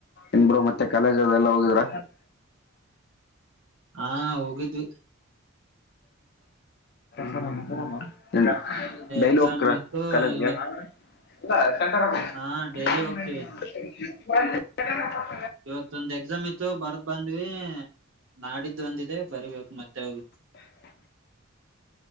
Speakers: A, on the left; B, on the right.
A: ಇನ್ರು ಮತ್ತೆ ಕಾಲೇಜ್ ಅದೆ ಎಲ್ಲ ಹೋಗಿದ್ರ
B: ಹಾ ಹೋಗಿದ್ವಿ
A: ಸ ನರಲ್ಲ ಡೈಲಕ್
B: ಎಕ್ಸಾಮ್ ಇತ್ತು
A: ಕಲಜಗೆ
B: ಇವತ್
A: ಇಲ್ಲ
B: ಹಾ ಡೈಲಿ ಹೋಗ್ತೀವಿ
A: ಸೆಟರ
B: ಇವತ್ತೊಂದ್ ಎಕ್ಸಾಮ್ ಇತ್ತು ಬರ್ದ್ ಬಂದ್ವಿ ನಾಡಿದ್ದು ಒಂದಿದೆ ಬರ್ಬೇಕು ಮತ್ತೆ ಹೋಗ
A: ಹ